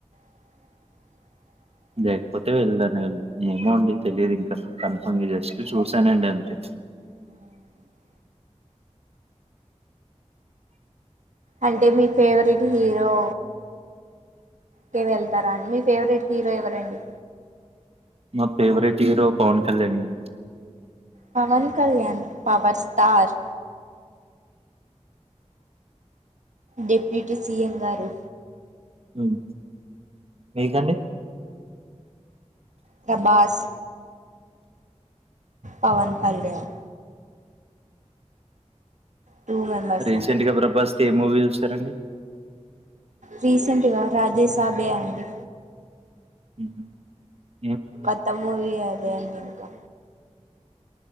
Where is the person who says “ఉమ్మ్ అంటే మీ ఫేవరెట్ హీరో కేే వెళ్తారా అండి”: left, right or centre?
Right